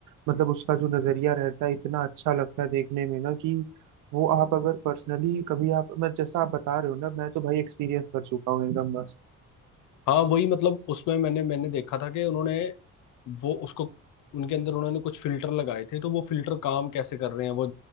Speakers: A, on the right (about 85°); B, on the left (about 80°).
A: मतलब उसका जो नजरिया रहता है इतना अच्छा लगता है देखने में ना कि वो आप अगर पर्सनली कभी आप मैं जैसा आप बता रहे हो ना मैं तो भाई एक्सपीरियंस कर चुका हूँ एकदम मस्त
B: हाँ वही मतलब उसमें मैंने मैंने देखा था कि उन्होंने वो उसको उनके अंदर उन्होंने कुछ फिल्टर लगाए थे तो वो फिल्टर काम कैसे कर रहे हैं वो